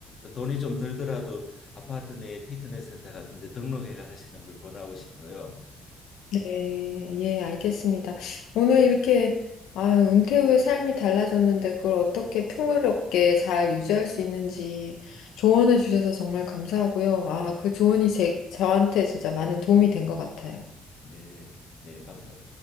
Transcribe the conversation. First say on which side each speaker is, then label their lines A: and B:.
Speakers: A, on the left; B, on the left.
A: 돈이 좀 들더라도 아파트 내 피트니스 센터 같은 데 등록해가 하시는 걸 권하고 싶어요.
B: 네, 예, 알겠습니다. 오늘 이렇게 아, 은퇴 후에 삶이 달라졌는데 그걸 어떻게 풍요롭게 잘 유지할 수 있는지 조언해 주셔서 정말 감사하고요. 아, 그 조언이 제, 저한테 진짜 많은 도움이 된 것 같아요.
A: 네. 네, 감사,